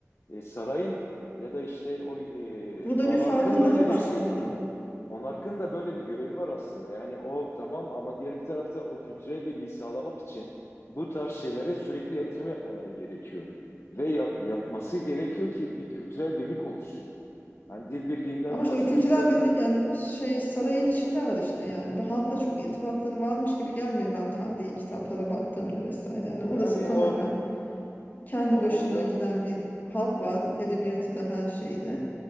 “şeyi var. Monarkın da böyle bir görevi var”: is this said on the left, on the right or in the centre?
Left